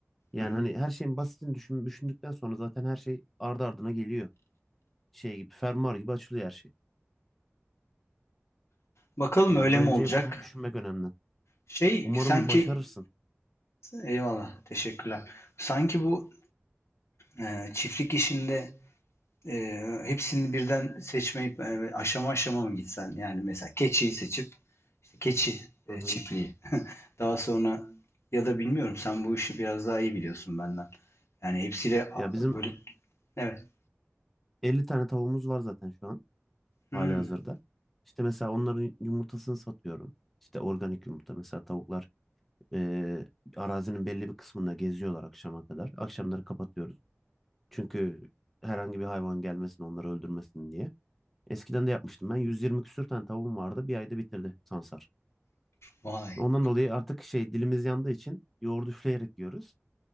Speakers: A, in the centre; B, on the left.
A: Yani
B: Hı.
A: hani her şeyin basitini düşün, düşündükten sonra zaten her şey ardı ardına geliyor. Şey gibi fermuar gibi açılıyor her şey.
B: Bakalım
A: Yani
B: öyle
A: bence
B: mi olacak?
A: bunu düşünmek önemli.
B: Şey
A: Umarım
B: sanki
A: başarırsın.
B: eyvallah teşekkürler. Sanki bu e, çiftlik işinde e, hepsini birden seçmeyip e, aşama aşama mı gitsen? Yani mesela keçiyi seçip işte keçi e,
A: Hı hı.
B: çiftliği. <laughs> Daha sonra ya da bilmiyorum sen bu işi biraz daha iyi biliyorsun benden. Yani hepsiyle a,
A: Ya bizim
B: böyle evet.
A: 50 tane tavuğumuz var zaten şu an
B: Hmm.
A: halihazırda. İşte mesela onların yumurtasını satıyorum. İşte organik yumurta mesela tavuklar Ee, arazinin belli bir kısmında geziyorlar akşama kadar. Akşamları kapatıyoruz. Çünkü herhangi bir hayvan gelmesin, onları öldürmesin diye. Eskiden de yapmıştım ben. 120 küsür tane tavuğum vardı. Bir ayda bitirdi sansar.
B: Vay.
A: Ondan dolayı artık şey dilimiz yandığı için yoğurdu üfleyerek yiyoruz.